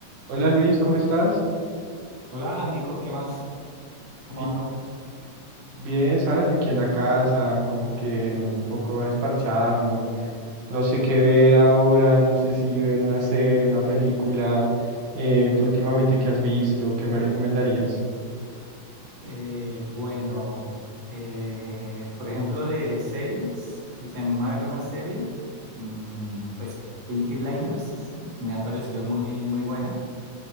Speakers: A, on the right (about 55°); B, on the right (about 40°).
A: Hola Luis, ¿cómo estás?
B: Hola, Nico, ¿qué más? ¿Cómo
A: Bi-
B: va todo?
A: Bien, ¿sabes? Aquí en la casa, como que un poco desparchado, no, no sé qué ver ahora, no sé si ver una serie, una película. Eh, ¿tú últimamente qué has visto? ¿Qué me recomendarías?
B: Eh, bueno, eh, por ejemplo, de series, si se anima a ver una serie, mm, pues Pinky Blinders sí, me ha parecido muy, muy buena.